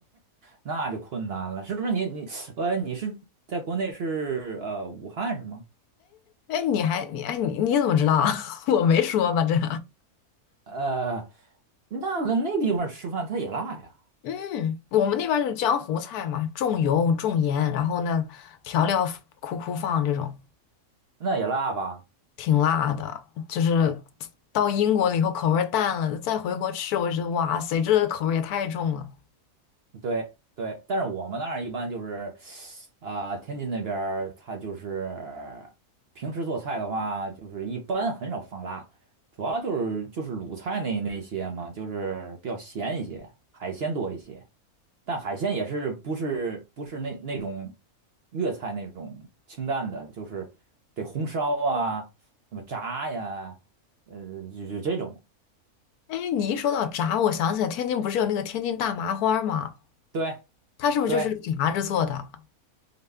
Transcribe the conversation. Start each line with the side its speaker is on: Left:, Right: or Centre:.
Right: 那就困难了，是不是你你呃你是在国内是呃武汉是吗？
Left: 哎，你还你哎你你怎么知道啊 <laughs> 我没说吧这？
Right: 呃，那个那地方吃饭它也辣呀，
Left: 嗯，我们那边就是江湖菜嘛，重油重盐，然后呢调料苦苦放这种，
Right: 那也辣吧？
Left: 挺辣的。就是到英国了以后口味儿淡了，再回国吃，我就觉得哇塞这个口味儿也太重了。
Right: 对对，但是我们那儿一般就是。啊，天津那边儿它就是平时做菜的话，就是一般很少放辣，主要就是就是鲁菜那那些嘛，就是比较咸一些，海鲜多一些。但海鲜也是不是不是那那种粤菜那种清淡的，就是得红烧啊，什么炸呀，呃，就就这种。
Left: 哎，你一说到炸，我想起来天津不是有那个天津大麻花儿吗？
Right: 对
Left: 它是不是就是炸着做的？
Right: 对